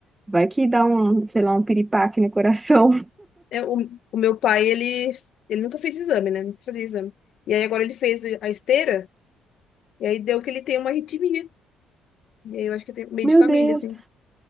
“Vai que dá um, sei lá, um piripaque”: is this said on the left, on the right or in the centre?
Right